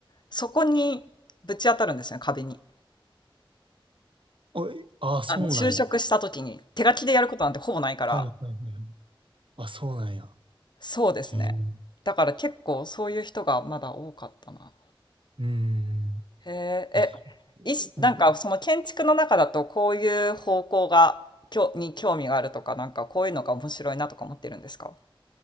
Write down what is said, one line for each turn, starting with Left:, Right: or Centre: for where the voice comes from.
Left: そこにぶち当たるんですよね、壁に。
Right: あ、えあ、そうなんや。
Left: あの、就職した時に、手書きでやることなんてほぼないから。
Right: はいはいはいはい。あ、そうなんや。
Left: そうですね。
Right: へえ。う
Left: だから結構そういう人がまだ多かったな。
Right: ーん。
Left: へえ、
Right: まあ
Left: え、いし、
Right: うん。
Left: なんかその建築の中だとこういう方向が、きょ、に興味があるとか、なんかこういうのが面白いなとか思ってるんですか